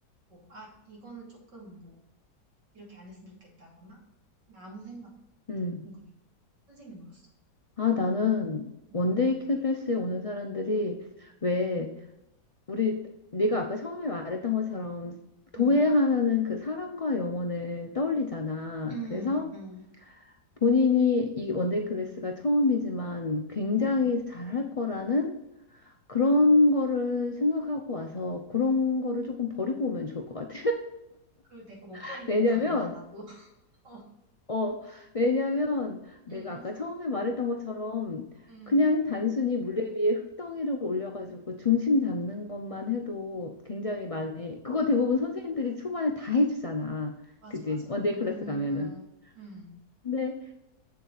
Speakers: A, on the right; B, on the left.
A: 뭐, 아, 이거는 조금 뭐 이렇게 안 했으면 좋겠다거나 그냥 아무 생각
B: 음.
A: 궁금해. 선생님으로서.
B: 아, 나는
A: 응,
B: 원데이
A: 응.
B: 클래스에 오는 사람들이 왜 우리 네가 아까 처음에 말했던 것처럼 도예하면은
A: 응,
B: 그 사랑과 영혼을 떠올리잖아.
A: 응, 응,
B: 그래서
A: 응.
B: 본인이 이 원데이 클래스가 처음이지만 굉장히
A: 어.
B: 잘할 거라는 그런 거를 생각하고 와서 그런 거를 조금 버리고 오면 좋을 것 같아.
A: 그 내가 못
B: <laughs>
A: 버리고
B: 왜냐면
A: 간 거야, 나도. <laughs> 어,
B: 어, 왜냐면 내가
A: 응,
B: 아까 처음에 말했던 것처럼
A: 응,
B: 그냥 단순히 물레 위에 흙덩이를 올려가지고 중심 잡는 것만 해도 굉장히 많이,
A: 어.
B: 그거 대부분 선생님들이 초반에 다 해주잖아.
A: 맞아,
B: 그지?
A: 맞아.
B: 원데이
A: 응,
B: 클래스 가면은.
A: 응, 응,
B: 근데